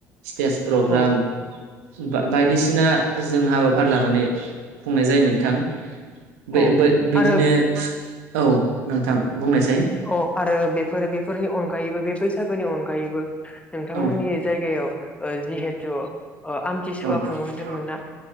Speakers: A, on the right; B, on the left.
A: स्टेज प्रग्राम
B: औ
A: बा बायदिसिना जों हाबाफारि लानानै खुंनाय जायो नोंथां बे
B: औ
A: बो बिदिनो
B: आरो
A: औ नोंथां बुंनायसाय
B: अ आरो बेफोर बेफोरनि अनगायैबो बे बैसागोनि अनगायै एबो नोंथांमोननि
A: औ
B: जायगायाव ओ जिहेथु ओ आमथिसुवा
A: औ
B: खुंहोदोंमोन ना?
A: औ